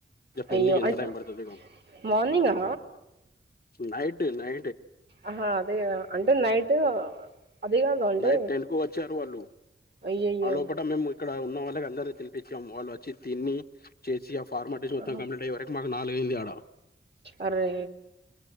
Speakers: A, on the left; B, on the right.
A: ఇగ పెళ్ళికి
B: అయ్యో
A: ఎంత
B: అంటే
A: టైం పడతది ఇగ
B: మార్నింగా
A: నైటు నై
B: ఆహా అదేగద అంటే నైట్ అది కాదు అంటే
A: నైట్ టెన్కు వచ్చారు వాళ్ళు
B: అయ్యయ్యో
A: ఆళ్లోపట మేము ఇక్కడ ఉన్న వాళ్ళకి అందరకి తినిపిచాం వాళ్ళు వచ్చి తిని చేసి ఆ ఫార్మాలిటీస్ మొత్తం
B: ఆహా,
A: కంప్లీట్ అయె వరకి మా నాలుగైంది ఆడా
B: అరే